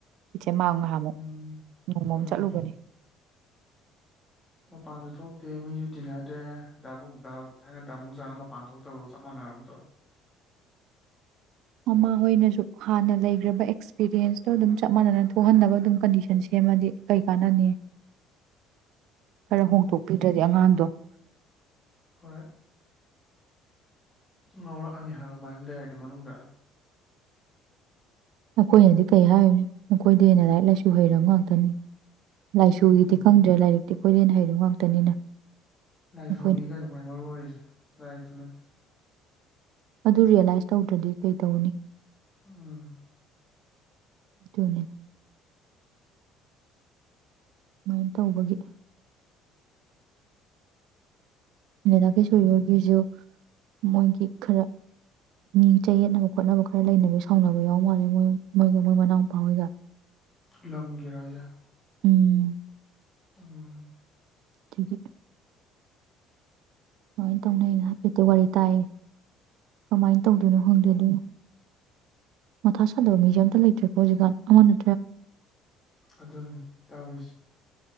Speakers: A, on the right; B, on the left.
A: ꯏꯆꯦ ꯃꯥ ꯉꯍꯥꯟꯃꯨꯛ
B: ꯎꯝ
A: ꯅꯣꯡꯃꯝ
B: ꯎꯝ
A: ꯆꯠꯂꯨꯕꯅꯤ
B: ꯃꯄꯥꯟꯁꯨ ꯊꯣꯛꯇꯦ ꯃꯤꯁꯨ ꯇꯤꯟꯅ ꯗꯦ ꯗꯥꯕꯨꯡ ꯊꯥꯏꯅ ꯗꯥꯕꯨꯡ ꯆꯥꯅ ꯃꯄꯥꯟ ꯊꯣꯛꯇꯕꯒ ꯆꯞ ꯃꯥꯟꯅꯔꯝꯗ꯭ꯔ
A: ꯃꯃꯥ ꯍꯣꯏꯅꯁꯨ ꯍꯥꯟꯅ ꯂꯩꯈ꯭ꯔꯕ ꯑꯦꯛꯁꯄꯤꯔꯤꯟꯁꯇꯣ ꯑꯗꯨꯝ ꯆꯞ ꯃꯥꯟꯅꯅ ꯊꯣꯛꯍꯟꯅꯕ ꯑꯗꯨꯝ ꯀꯟꯗꯤꯁꯟ ꯁꯦꯝꯃꯗꯤ ꯀꯩ ꯀꯥꯟꯅꯅꯤ ꯈꯔ
B: ꯎꯝ
A: ꯍꯣꯡꯗꯣꯛꯄꯤꯗ꯭ꯔꯗꯤ ꯑꯉꯥꯡꯗꯣ <inaudible>
B: ꯍꯣꯏ ꯉꯧꯔꯛꯑꯅꯤ ꯍꯥꯏꯕ ꯑꯃꯥꯏ ꯑꯗꯨꯝ ꯂꯩꯔꯅꯤ ꯃꯅꯨꯡꯗ
A: ꯑꯈꯣꯏꯅꯗꯤ ꯀꯔꯤ ꯍꯥꯏꯌꯨ ꯑꯈꯣꯏꯗꯩ ꯍꯦꯟꯅ ꯂꯥꯏꯔꯤꯛ ꯂꯥꯏꯁꯨ ꯍꯩꯔꯕ ꯉꯥꯛꯇꯅꯤ ꯂꯥꯏꯁꯨꯒꯤꯗꯤ
B: ꯎꯝ
A: ꯈꯪꯗ꯭ꯔꯦ ꯂꯥꯏꯔꯤꯛ ꯇꯤ ꯈꯣꯏꯗꯩ ꯍꯥꯏꯔ ꯉꯥꯛꯇꯅꯤꯅ
B: ꯂꯥꯏꯁꯨꯅꯤ
A: ꯑꯩꯈꯣꯏꯅ
B: ꯀꯩꯅꯣ ꯈ꯭ꯋꯥꯏ ꯃꯔꯨ ꯑꯣꯏꯔꯤꯁꯦ ꯂꯥꯏꯔꯤꯛꯇꯨ ꯅꯠꯇꯦ
A: ꯑꯗꯨ ꯔꯤꯌꯦꯂꯥꯏꯁ ꯇꯧꯗ꯭ꯔꯗꯤ ꯀꯩ ꯇꯧꯅꯤ
B: ꯎꯝ
A: ꯗꯨꯅꯤ ꯁꯨꯃꯥꯏꯅ ꯇꯧꯕꯒꯤ ꯑ
B: ꯈꯪꯗꯦ
A: ꯊꯦ ꯁꯣꯏꯕꯒꯦꯁꯨꯣ ꯃꯣꯏꯒꯤ ꯈꯔ ꯃꯤ ꯆꯌꯦꯠꯅꯕ ꯈꯣꯠꯅꯕ ꯈꯔ ꯂꯩꯅꯕ ꯁꯥꯎꯅꯕ ꯌꯥꯎ ꯃꯥꯜꯂꯦ ꯃꯣꯏ ꯃꯣꯏꯒ ꯃꯣꯏ ꯃꯅꯥꯎ ꯃꯄꯥ ꯍꯣꯏꯒ
B: ꯂꯝꯒꯤꯔꯣꯖꯥ
A: ꯎꯝ
B: ꯎꯝ
A: ꯊꯒꯤ ꯍ ꯇꯧ ꯂꯩꯅ ꯍꯇ ꯋꯥꯔꯤ ꯇꯥꯏ ꯀꯃꯥꯏꯅ ꯇꯧꯗꯣꯏꯅꯣ ꯍꯪꯗꯦ ꯑꯗꯨ ꯃꯊꯥ ꯁꯥꯗꯕ ꯃꯤꯁꯤ ꯑꯝꯇ ꯂꯩꯇ꯭ꯔꯦꯀꯣ ꯍꯧꯖꯤꯛꯀꯥꯟ ꯑꯃꯅ
B: ꯑꯗꯨꯅꯤ ꯇꯧꯔꯤꯁꯦ